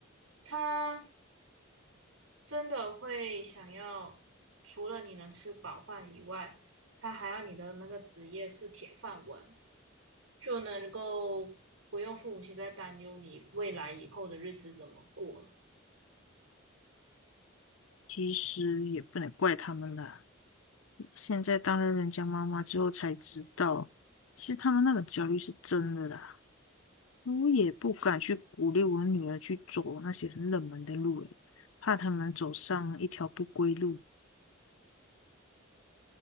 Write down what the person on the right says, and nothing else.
他真的会想要除了你能吃饱饭以外，他还要你的那个职业是铁饭碗。就能够不用父母亲在担忧你未来以后的日子怎么过了。